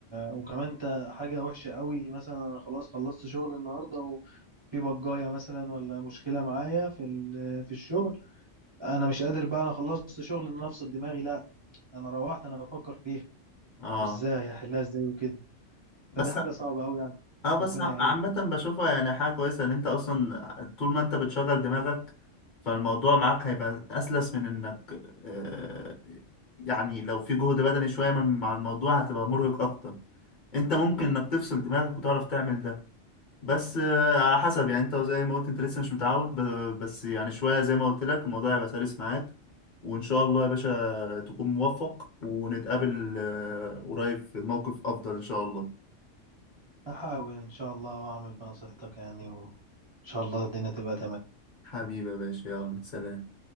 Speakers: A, on the right; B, on the left.
A: وكمان انت حاجه وحشه قوي مثلا أنا خلاص خلصت شغل النهارده في بجايه مثلا ولا مشكله معايا في ال- في الشغل انا مش قادر بقى انا خلصت شغل ان أنا افصل دماغي لا انا روحت انا بفكر فيها
B: اه
A: وازاي احلها ازاي وكده
B: بس
A: فدي حاجه صعبه قوي يعني
B: اه بس
A: ربنا
B: عامة
A: يعين
B: بشوفها يعني حاجة كويسة ان انت اصلا طول ما انت بتشغل دماغك فالموضوع معاك هيبقى اسلس من انك آه يعني لو في جهد بدني شوية من- مع الموضوع هتبقى مرهق اكتر انت ممكن انك تفصل دماغك وتعرف تعمل ده بس آه على حسب يعني انت زي ما قلت انت لسه مش متعود ب- بس يعني شوية زي ما قلت لك الموضوع هيبقى سلس معاك وان شاء الله يا باشا تكون موفق ونتقابل آه قريب في موقف افضل ان شاء الله
A: احاول ان شاء الله واعمل بنصيحتك يعني وان شاء الله الدنيا تبقى
B: حبيبي يا باشا يلا سلام